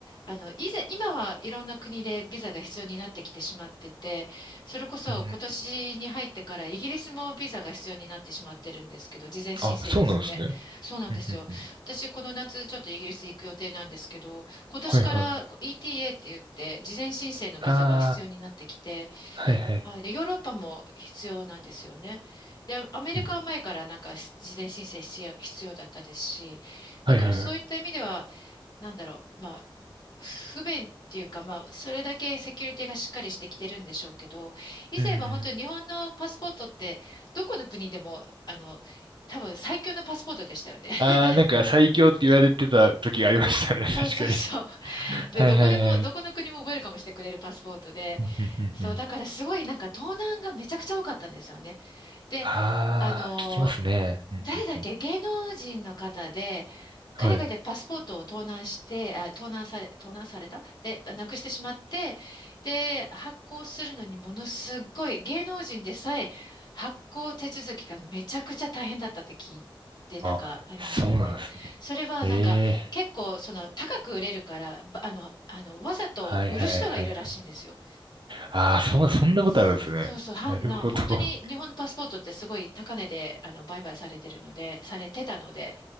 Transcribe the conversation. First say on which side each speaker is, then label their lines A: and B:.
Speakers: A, on the left; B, on the right.
A: あの、以前、今はいろんな国でビザが必要になってきてしまってて、それこそ今年に入ってからイギリスもビザが必要になってしまってるんですけど、
B: うんうん。
A: 事前申請ですね。
B: あ、そうなんですね。
A: そうなんですよ。
B: うんうんうん。
A: 私、この夏ちょっとイギリス行く予定なんですけど、今年からこう
B: はいはい。
A: ETA って言って、事前申請のビザが必要になってきて、
B: ああ、はいはい。
A: はい。で、ヨーロッパも必要なんですよね。で、アメリカは前からなんかし事前申請必要、
B: うん。
A: 必要だったですし、
B: はいはいはい。
A: だからそういった意味では、なんだろう、まあ、不便っていうか、まあ、それだけセキュリティがしっかりしてきてるんでしょうけど、以前は本当に日本のパスポートって、
B: うん。
A: どこの国でも、あの、多分最強のパスポートでしたよね。<laughs>
B: ああ、なんか最強って言われてた時がありましたね。
A: そうそうそう。
B: <laughs> 確かに。
A: で、
B: はいはいはい。
A: どこでも、どこの国もウェルカムしてくれるパスポートで、
B: うんうんうんうん
A: そう、だからすごいなんか盗難がめちゃくちゃ多かったんですよね。で、
B: ああ、
A: あの、
B: 聞きますね。うんうんうん
A: 誰だっけ、芸能人の方で、
B: はい。
A: 海外でパスポートを盗難して、あ、盗難され、盗難されたで、なくしてしまって、で、発行するのにものすっごい、芸能人でさえ発行手続きがめちゃくちゃ大変だったって聞いて、なんかありましたね。
B: あ、そうなんですね。
A: それはなんか結構その高く売れるから、
B: ええ
A: ばあの、あの、わざと売る人がいるらしいんですよ。
B: はいはいはい。ああ、そう、そんなことあるんですね。
A: そうそう、は、
B: なるほど。
A: な、本当に日本のパスポートってすごい高値で、
B: うん
A: あの、売買されてるので、されてたので、